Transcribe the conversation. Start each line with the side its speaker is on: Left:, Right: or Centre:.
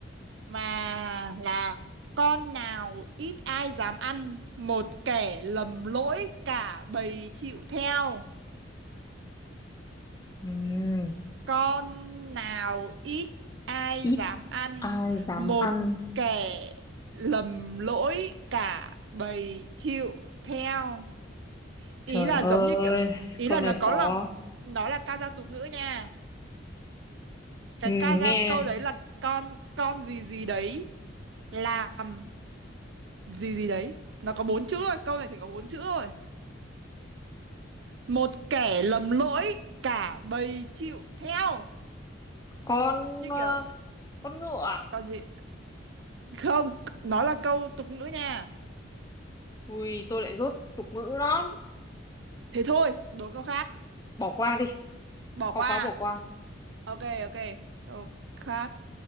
Right: mà là con nào ít ai dám ăn một kẻ lầm lỗi cả bầy chịu theo
Left: Ừm,
Right: con nào ít ai
Left: ít
Right: dám ăn
Left: ai dám
Right: một
Left: ăn
Right: kẻ lầm lỗi cả bầy chịu theo ý
Left: trời
Right: là
Left: ơi
Right: giống như kiểu ý
Left: câu
Right: là
Left: này
Right: nó có
Left: khó
Right: là nó là ca dao tục ngữ nha cái
Left: Ừm,
Right: ca dao
Left: nghe
Right: câu đấy là con con gì gì đấy làm gì gì đấy nó có bốn chữ thôi câu này chỉ có bốn chữ thôi một kẻ lầm lỗi cả bầy chịu theo
Left: con
Right: như
Left: ờ,
Right: kiểu
Left: con ngựa à?
Right: còn gì không nó là câu tục ngữ nha
Left: Ui, tôi lại dốt tục ngữ lắm.
Right: thế thôi đố câu khác
Left: Bỏ qua đi,
Right: bỏ
Left: khó
Right: qua
Left: quá bỏ qua.
Right: ok ok câu khác